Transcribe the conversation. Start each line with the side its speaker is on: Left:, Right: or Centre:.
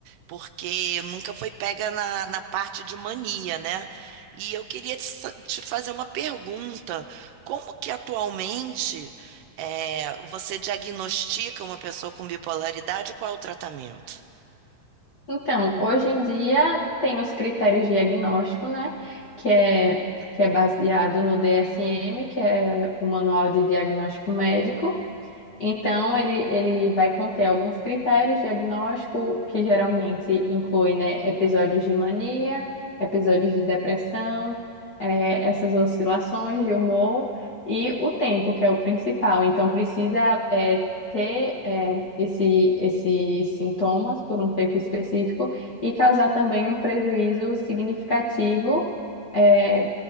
Right: porque nunca foi pega na, na parte de mania, né? E eu queria te, sa- te fazer uma pergunta: como que atualmente eh, você diagnostica uma pessoa com bipolaridade e qual é o tratamento?
Left: Então, hoje em dia tem os critérios de diagnóstico, né, que é, que é baseado no DSM, que é o Manual de Diagnóstico Médico, Então, ele, ele vai conter alguns critérios diagnóstico que geralmente inclui, né, episódios de mania, episódios de depressão, eh, essas oscilações de humor e o tempo, que é o principal. Então, precisa, eh, ter, eh, esse, esses sintomas por um tempo específico e causar também um prejuízo significativo, eh,